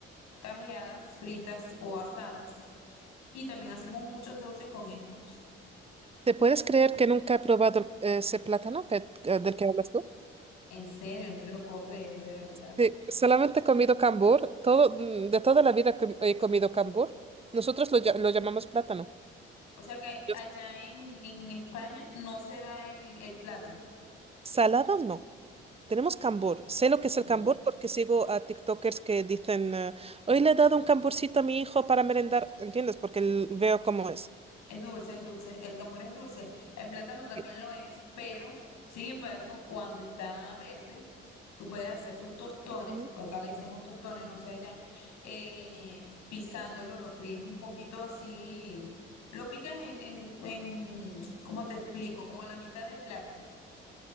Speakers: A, on the left; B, on the right.
A: tajeadas, fritas o asadas. Y también hacemos muchos dulces con estos.
B: ¿Te puedes creer que nunca he probado el- ese plátano que- eh, del que hablas tú?
A: En serio, no te lo puedo creer de verdad.
B: Sí, solamente he comido cambur, todo, mm, de toda la vida que he comido cambur. Nosotros lo, lla- lo llamamos plátano.
A: O sea que
B: Yo-
A: allá en, en España no se da el, el plátano.
B: Salado no. Tenemos cambur. Sé lo que
A: Oh.
B: es el cambur porque sigo a TikTokers que dicen, eh, hoy le he dado un camburcito a mi hijo para merendar. ¿Entiendes? Porque l- veo cómo es.
A: Es dulce, es dulce. El cambur es dulce. El plátano también
B: Sí.
A: lo es, pero sin embargo, cuando está verde, tú puedes hacer tus tostones,
B: Ujú,
A: acá le decimos tostones, no sé allá, eh, pisándolo, lo fríes un poquito así, lo picas en, en, en, ¿cómo te explico? Como la mitad del plátano